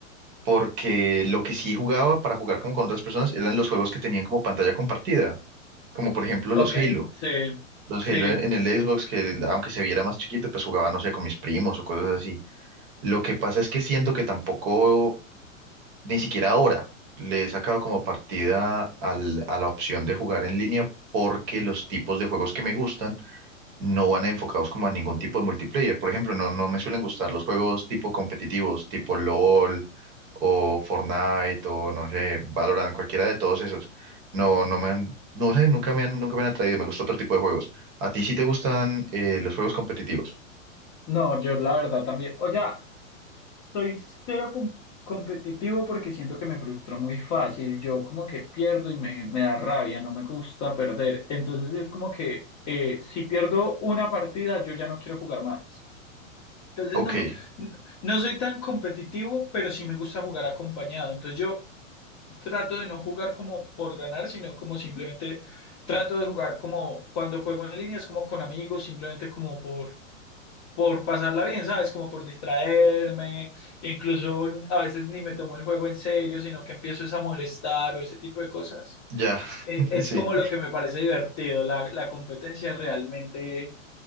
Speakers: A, on the right (about 30°); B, on the left (about 30°).
A: porque lo que sí jugaba para jugar como con otras personas eran los juegos que tenían como pantalla compartida, como por ejemplo
B: Ok,
A: los Halo.
B: sí.
A: Los
B: Sí.
A: Halo en en el Xbox, que aunque se viera más chiquito, pues jugaba, no sé, con mis primos o cosas así. Lo que pasa es que siento que tampoco, ni siquiera ahora, le he sacado como partida al- a la opción de jugar en línea porque los tipos de juegos que me gustan no van enfocados como a ningún tipo de multiplayer. Por ejemplo, no, no me suelen gustar los juegos tipo competitivos, tipo LOL o Fortnite o no sé, Valorant, cualquiera de todos esos. No, no me han, no sé, nunca me han, nunca me han atraído. Me gusta otro tipo de juegos. ¿A ti sí te gustan eh, los juegos competitivos?
B: No, yo la verdad también. O sea, soy cero com- competitivo porque siento que me frustro muy fácil. Yo como que pierdo y me, me da rabia, no me gusta perder. Entonces es como que eh, si pierdo una partida, yo ya no quiero jugar más. Entonces
A: Ok,
B: no, me- no soy tan competitivo, pero sí me gusta jugar acompañado. Entonces yo trato de no jugar como por ganar, sino como simplemente trato de jugar como cuando juego en línea, es como con amigos, simplemente como por, por pasarla bien, ¿sabes? Como por distraerme. Incluso a veces ni me tomo el juego en serio, sino que empiezo es a molestar o ese tipo de cosas.
A: ya,
B: Eh,
A: <laughs>
B: Es
A: sí.
B: como lo que me parece divertido. La, la competencia realmente